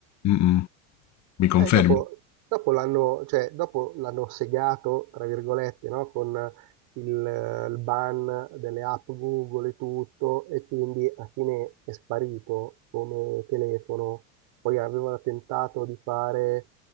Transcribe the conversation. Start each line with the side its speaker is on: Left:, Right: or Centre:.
Left: Mm, mm, mi confermi?
Right: Eh, dopo dopo l'hanno cioè, dopo l'hanno segato, tra virgolette, no? Con il, il ban delle app Google e tutto, e quindi alla fine è sparito come telefono poi aveva tentato di fare,